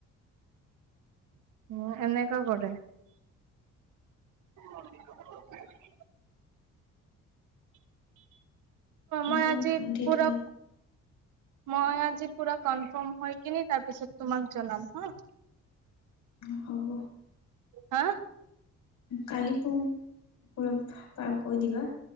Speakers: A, on the right (about 80°); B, on the left (about 75°).
A: উম, এনেকা কৰে। <unintelligible> মই
B: তোমাৰ
A: আজি
B: ভন্টিটো
A: পুৰা। মই আজি পুৰা কনফাৰ্ম হৈ কিনি তাৰপিছত, তোমাক জনাম হা।
B: হ'ব।
A: হা।
B: কালি পু -পুৰা পা কৈ দিবা।